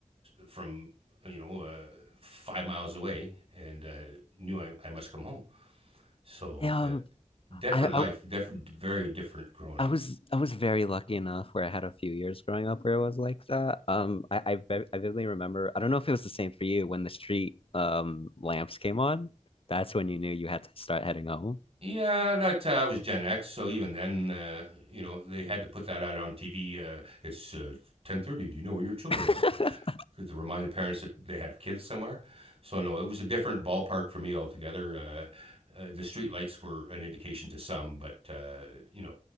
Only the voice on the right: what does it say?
from, you know, uh, five miles away and uh, knew I, I must come home. So,
uh, different
life,
different, very different growing
up.
Yeah, that uh, I was Gen X, so even then, uh, you know, they had to put that out on TV. Uh, it's uh, ten thirty. Do you know where your children
are? to remind the parents that they have kids somewhere. So no, it was a different ballpark for me altogether. Uh, uh, the streetlights were an indication to some, but uh, you know,